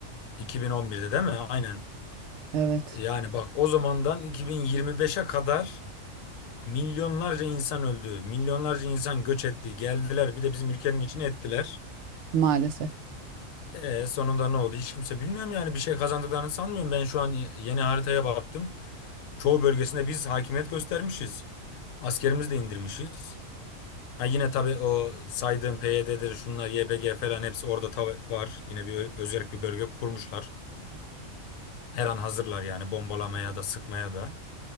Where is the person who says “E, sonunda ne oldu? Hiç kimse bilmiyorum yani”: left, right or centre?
Left